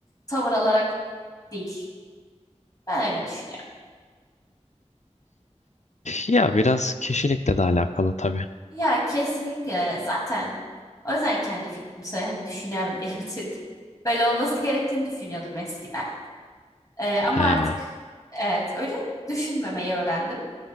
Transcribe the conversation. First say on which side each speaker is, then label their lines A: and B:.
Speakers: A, on the left; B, on the left.
A: tavır alarak değil. Ben öyle düşünüyorum.
B: Ya biraz kişilikle de alakalı tabii.
A: Ya kesinlikle zaten. O yüzden kendi fikrimi söyle, hani düşünüyorum diye bitirdim. Böyle olması gerektiğini düşünüyordum eskiden. Ee, ama
B: He.
A: artık evet öyle düşünmemeyi öğrendim.